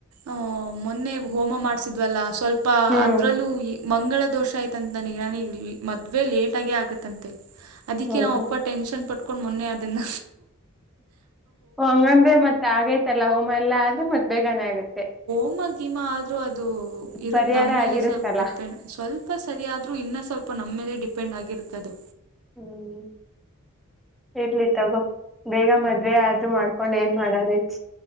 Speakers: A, on the right (about 75°); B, in the centre.
A: ಆ ಮೊನ್ನೆ ಹೋಮ ಮಾಡ್ಸಿದ್ವಲ್ಲ ಸ್ವಲ್ಪ
B: ಹ್ಮ್
A: ಅದ್ರಲ್ಲೂ ಮಂಗಳ ದೋಷ ಆಯ್ತಂತ <unintelligible> ನನಗೆಗ ನಾನಗ ಮದ್ವೆ ಲೇಟ್ ಆಗೇ ಆಗತ್ತಂತೆ ಅದಿಕ್ಕೆ
B: ಹ್ಮ್
A: ನಮ್ಮಪ್ಪ
B: ಹ್ಮ್
A: ಟೆನ್ಶನ್ ಪಟ್ಕೊಂಡ್ ಮೊನ್ನೆ ಅದನ್ನ
B: ಹಂಗಂದ್ರೆ ಮತ್ ಆಗೇೈತಲ್ಲ ಹೋಮ <unintelligible> ಎಲ್ಲಾ ಆದ್ರೆ ಮತ್ತ್ ಬೇಗನೆೇ ಆಗತ್ತೆ
A: ಹೋಮ ಗೀಮಾ ಆದ್ರೂ ಅದು ಇರುತ್ತೆ
B: ಪರಿಹಾರ
A: ನಮ್ಮ ಮೇಲೆ
B: ಆಗಿರುತ್ತಲ್ಲ
A: ಸ್ವಲ್ಪ ಡಿಪೆಂಡ್ ಸ್ವಲ್ಪ ಸರಿಾದ್ರರು ಇನ್ನು ಸ್ವಲ್ಪ ನಮ್ಮ ಮೇಲೆ ಡಿಪೆಂಡ್ ಆಗಿರ್ತದು
B: ಹ್ಮ್ ಇರ್ಲಿ ತಗೋ ಬೇಗ ಮದ್ವೆ ಆದ್ರರು ಮಾಡ್ಕೊಂಡ್ ಏನ್ ಮಾಡದಚ್ಚ